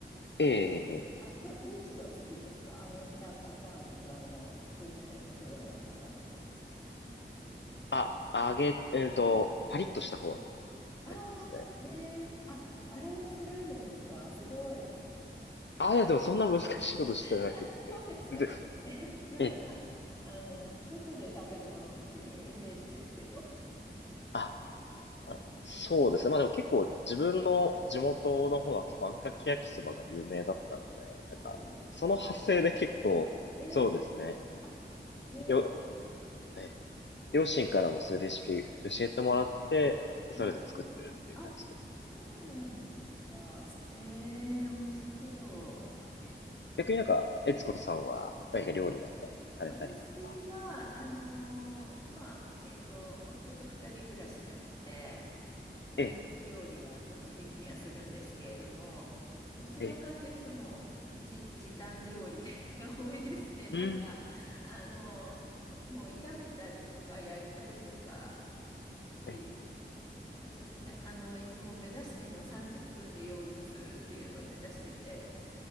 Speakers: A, on the left; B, on the left.
A: ええ、ええ
B: あ、ど、どっちがお好きですか揚げたパターンと、あの、普通の焼きそばのパターンと。
A: あ、揚げ、えっと、パリッとした方のやつですね。
B: ああ、えー、あ、あれも作られるんですかすごい。
A: あ、いや、でもそんな難しいことしてなくって。
B: <laughs> あそうですか。
A: で、
B: <laughs> え、なんか、
A: え、
B: あの、外で食べるものっていうイメージですけど。あ、
A: あ、あそうですね。まあでも結構自分の地元の方は結構あんかけ焼きそばが有名だったんで、なんか、
B: そうなんですか
A: その派生で結構、
B: えー、
A: そうですね。
B: あ、えー、
A: よ、え、両親からもそういうレシピ教えてもらって、
B: はい。
A: それで作ってるっていう感じです
B: えー、あ、そうなんですか。えー、美味しそう。
A: ね。え逆になんか、悦子さんは、何か料理は普段されたりとか。
B: 私は、あのーまあ、えっと、夫と二人暮らしなので、毎日料理は基本的にはするんですけれども、
A: ええ、
B: どちらかというともう、
A: ええ、
B: じ、時短料理 <laughs> が多いですね。
A: うん。
B: <laughs> なんか、あの、もう炒めたりとか焼いたりとかっていう、
A: え、
B: とても、で、あの、いつも目指してるの30分で用意をするっていうのを目指してて、